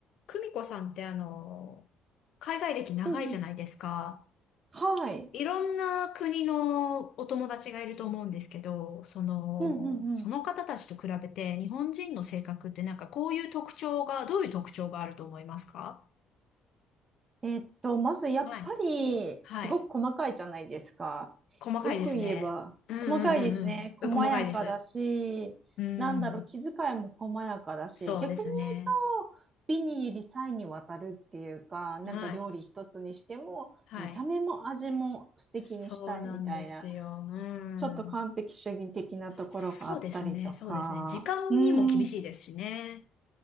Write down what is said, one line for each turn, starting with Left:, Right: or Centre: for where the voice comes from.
Left: 久美子さんってあの、海外歴長いじゃないですか。
Right: うんうん。はい。
Left: いろんな国のお友達がいると思うんですけど、その、
Right: うんうんうん。
Left: その方たちと比べて日本人の性格ってなんかこういう特徴が、どういう特徴があると思いますか
Right: えーっと、まずやっぱり、
Left: はい。はい。
Right: すごく細かいじゃないですか。
Left: 細かいですね。
Right: よく言えば、
Left: うんうんうんうん。
Right: 細かいですね。細やかだし、
Left: 細かいです。うん。
Right: なんだろう、気遣いも細やかだし、
Left: そうですね。
Right: 逆に言うと、美に入り細にわたるっていうか、なんか料理一つにしても、
Left: はい。はい。
Right: 見た目も味も素敵にしたいみたいな、
Left: そうなんですよ。うん。
Right: ちょっと完璧主義的なところがあったりとか、
Left: そうですね、そうですね。時間にも厳しいですしね。
Right: うん。